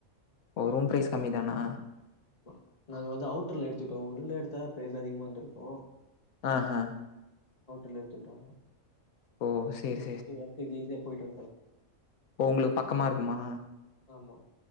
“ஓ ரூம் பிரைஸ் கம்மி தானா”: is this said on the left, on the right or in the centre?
Left